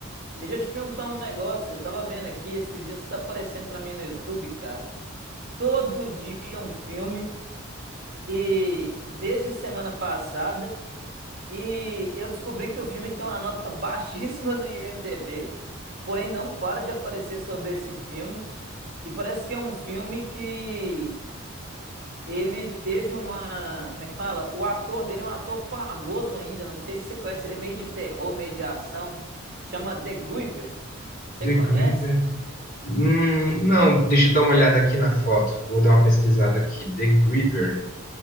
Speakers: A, on the right; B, on the left.
A: Deixa eu te perguntar um negócio. Eu tava vendo aqui, esses dias tá aparecendo pra mim no YouTube, cara. Todo dia um filme. E desde semana passada. E eu descobri que o filme tem uma nota baixíssima do IMDb, porém não para de aparecer sobre esse filme. E parece que é um filme que ele teve uma. Como é que fala? O ator dele é um ator famoso ainda, não sei se você conhece, ele é meio de terror, meio de ação. Chama The Guiver. Você
B: The
A: conhece?
B: Griever. Hum, não, deixa eu dar uma olhada aqui na foto. Vou dar uma pesquisada aqui. The Griever.